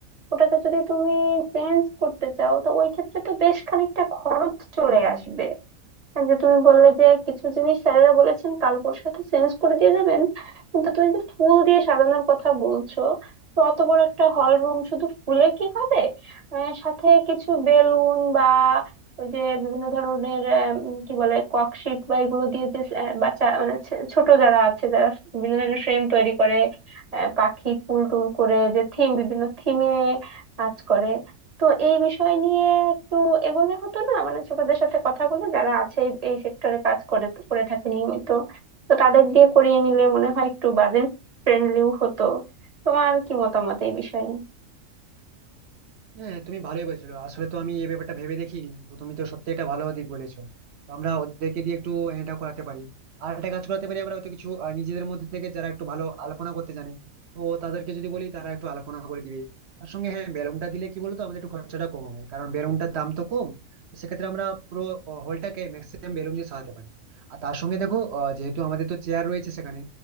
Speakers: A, on the right; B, on the right.
A: ওটাকে যদি তুমি চেঞ্জ করতে চাও তো ওই ক্ষেত্রে তো বেশ খানিকটা খরচ চলে আসবে আর যে তুমি বললে যে কিছু জিনিস স্যারেরা বলেছেন কাল পরশু হয়তো চেঞ্জ করে দিয়ে যাবেন কিন্তু তুমি যে ফুল দিয়ে সাজানোর কথা বলছো তো অত বড় একটা হল রুম শুধু ফুলে কি হবে আহ, সাথে কিছু বেলুন বা ওই যে বিভিন্ন ধরনের আহ, উম, কি বলে ককশিট বা এগুলো দিয়ে যে আহ, বাচ্চা মানে ছে- ছোট যারা আছে যারা বিভিন্ন ধরনের ফ্রেম তৈরি করে আহ, পাখি ফুল টুল করে যে থিম বিভিন্ন থিমে কাজ করে তো এই বিষয় নিয়ে একটু এগোলে হতো না মানে ছোটদের সাথে কথা বলে যারা আছে এই এই সেক্টরে কাজ করে করে থাকে নিয়মিত তো তাদের দিয়ে করিয়ে নিলে মনে হয় একটু বাজেট ফ্রেন্ডলিও হতো তোমার কি মতামত এই বিষয়ে
B: হ্যাঁ তুমি ভালোই বলছো আসলে তো আমি এই ব্যাপারটা ভেবে দেখিনি তো তুমি তো সত্যি এটা ভালো দিক বলেছো তো আমরা ওদেরকে দিয়ে একটু এটা করাতে পারি আর একটা কাজ করাতে পারি আমরা হয়তো কিছু আহ, নিজেদের মধ্যে থেকে যারা একটু ভালো আলপনা করতে জানে তো তাদেরকে যদি বলি তারা একটু আলপনা করে দিবে তার সঙ্গে হ্যাঁ বেলুনটা দিলে কি বলতো আমাদের একটু খরচাটা কম হবে কারণ বেলুনটার দাম তো কম তো সেক্ষেত্রে আমরা পুরো হলটাকে ম্যাক্সিমাম বেলুন দিয়ে সাজাতে পারি আর তার সঙ্গে দেখো আহ, যেহেতু আমাদের তো চেয়ার রয়েছে সেখানে